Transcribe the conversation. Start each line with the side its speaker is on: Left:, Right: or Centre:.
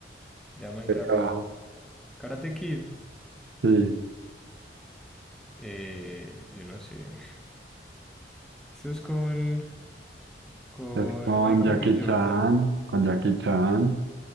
Centre: ya Minecraft
Right: ¿Qué caja?
Centre: no. Karate Kid,
Right: Sí,
Centre: eh, yo no sé. <laughs> Eso es con, con
Right: es con
Centre: Michael
Right: Jackie
Centre: B. Jordan.
Right: Chan, con Jackie Chan